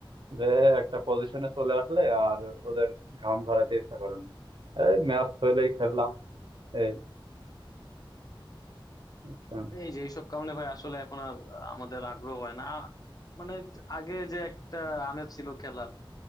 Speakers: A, on the right; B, on the left.
A: যে একটা পজিশনে চলে আসলে আর ওদের ঘাম ঝরাতে ইচ্ছা করে না এই ম্যাচ হইলেই খেললাম এই আচ্ছা।
B: এই যে এইসব কারণে ভাই আসলে এখন আর আমাদের আগ্রহ হয় না মানে আগে যে একটা আমেজ ছিল খেলার